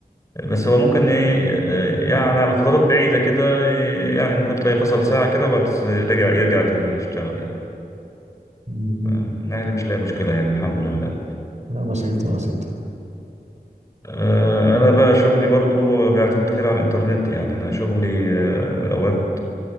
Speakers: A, on the left; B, on the right.
A: بس هو ممكن إيه آه، يعني على فترات بعيدة كده آه، يعني ممكن تلاقي فصل ساعة كده وبعد رجع يرجع تاني يشتغل يعني
B: مم.
A: فمن الناحية دي مش لاقي مشكلة يعني الحمد لله
B: لا بسيطة بسيطة
A: آه، أنا بقى شغلي برضو بيعتمد كتير على الإنترنت يعني أنا شغلي آه، أوقات